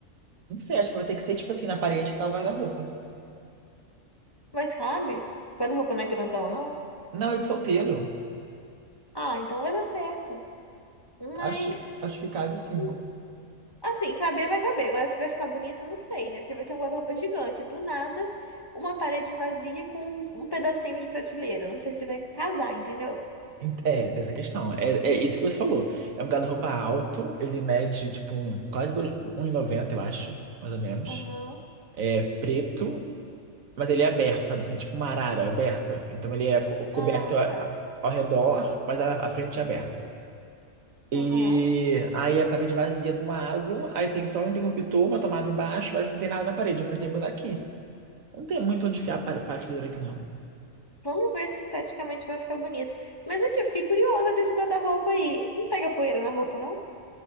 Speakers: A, on the right; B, on the left.
A: Não sei, acho que vai ter que ser tipo assim, na parede que tá o guarda-roupa.
B: Mas cabe? O guarda-roupa não é grandão, não?
A: Não, é de solteiro.
B: Ah, então vai dar certo. Mas,
A: Acho, acho que cabe sim.
B: hum, assim, caber vai caber. Agora, se vai ficar bonito, eu não sei, né? Porque vai ter um guarda-roupa gigante. Do nada, uma parede vazia com um pedacinho de prateleira. Não sei se vai casar, entendeu?
A: Ent- É, tem essa questão. É, é isso que você falou. É um guarda-roupa alto, ele mede tipo um- quase dois- um e noventa, eu acho, mais ou menos.
B: Aham.
A: É preto, mas ele é aberto, sabe assim, tipo uma arara aberta. Então ele é co- coberto
B: Ah,
A: a-
B: tá.
A: a- ao redor, mas a, a frente é aberta. E
B: Aham.
A: aí a parede vazia do lado, aí tem só um interruptor, uma tomada embaixo, mas não tem nada na parede. Eu pensei em botar aqui. Não tem muito onde enfiar a par- prateleira aqui, não.
B: Vamos ver se esteticamente vai ficar bonito. Mas aqui, eu fiquei curiosa desse guarda-roupa aí. Não pega poeira na roupa, não?